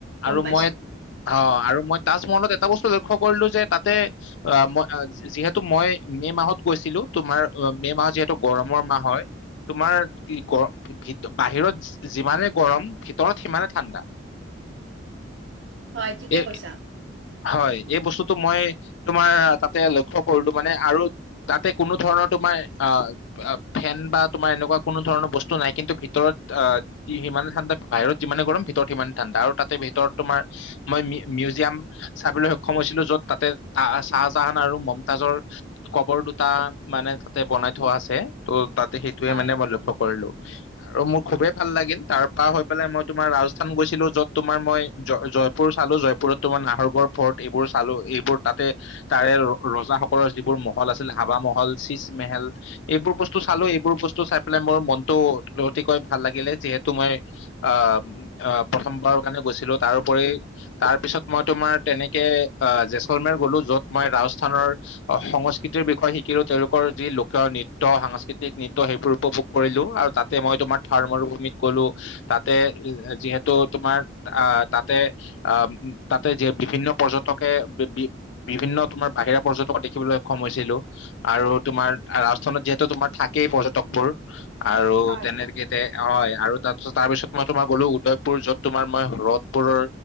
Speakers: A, on the right (about 70°); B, on the left (about 70°).
A: গম
B: আৰু
A: পাইছো
B: মই অ আৰু মই তাজমহলত এটা বস্তু লৈ, ক্ষ কৰিলো যে তাতে আহ মই, আ জ যিহেতু মই মে মাহত গৈছিলো তোমাৰ অ মে' মাহত যিহেতু গৰমৰ মাহ হয়। তোমাৰ কি গ ভিত বাহিৰত যি যিমানে গৰম ভিতৰত সিমানে ঠাণ্ডা।
A: হয় ঠিকে
B: এই
A: কৈছা।
B: হয় এই বস্তুটো মই তোমাৰ তাতে লক্ষ্য কৰিলো মানে আৰু, তাতে কোনো ধৰণৰ তোমাৰ আ আ ফেন বা তোমাৰ এনেকুৱা কোনো ধৰণৰ বস্তু নাই কিন্তু ভিতৰত আহ, হি সিমানে ঠাণ্ডা বাহিৰত যিমানে গৰম ভিতৰত সিমানে ঠাণ্ডা আৰু তাতে ভিতৰত তোমাৰ মই মি মিউজিয়াম! চাবলৈ সক্ষম হৈছিলো য'ত তাতে আহ চাহজাহান আৰু মমতাজৰ, কবৰ দুটা মানে তাতে বনাই থোৱা আছে ত' তাতে সেইটোয়ে
A: হয়
B: মানে মই লক্ষ্য কৰিলো। আৰু মোৰ খুবেই লাগিল তাৰ পা হৈ পেলাই মই তোমাৰ ৰাজস্থান গৈছিলো যত তোমাৰ মই, জ জ পুৰ চালো জয়পুৰত তোমাৰ নাহৰগৰ ফ'ৰ্ট এইবোৰ চালো এইবোৰ তাতে, তাৰে ৰ ৰজাসকলৰ যিবোৰ মহল আছিল হাবা মহল চীজমেহেল। এইবোৰ বস্তু চালো এইবোৰ বস্তু চাই পেলাই মোৰ মনটো অতিকৈ ভাল লাগিলে যিহেতু মই, আম আহ প্ৰথমবাৰৰ কাৰণে গৈছিলো তাৰওপৰি তাৰ পিছত মই, তোমাৰ তেনেকে আহ জেচলমেৰ গ'লো য'ত মই ৰাজস্থানৰ, অ সংস্কৃতিৰ বিষয়ে শিকিলো তেওঁলোকৰ যি লোক নৃত্য সাংস্কৃতিক নৃত্য সেইবোৰ উপভোগ। কৰিলো আৰু তাতে মই তোমাৰ থাৰ্মৰ ভূমিত গলো। তাতে এ এ যিহেতু তোমাৰ আহ তাতে আম উ? তাতে যে বিভিন্ন পৰ্যটকে বে বি বিভিন্ন তোমাৰ বাহিৰা পৰ্যটক দেখিবলৈ সক্ষম হৈছিলো। আৰু তোমাৰ ৰাজস্থানত যিহেতু তোমাৰ থাকেই পৰ্যটকবোৰ আৰু
A: হয়
B: তেনেকে, তে অয় আৰু তাৰিছত তাৰপিছত মই তোমাৰ গ'লো উদয়পুৰ যত তোমাৰ মই হৰদপুৰৰ,